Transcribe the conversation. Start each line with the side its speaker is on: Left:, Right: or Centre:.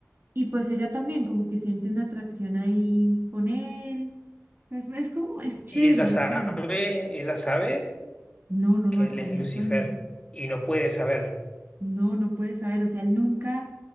Right: Y pues ella también como que siente una atracción ahí con él. O sea, es, es como, es chévere,
Left: Y ella sabe,
Right: es chévere.
Left: ella sabe
Right: No, no,
Left: que
Right: no, al
Left: él
Right: comienzo
Left: es Lucifer
Right: no.
Left: y no puede saber.
Right: No, no puede saber, o sea, él nunca,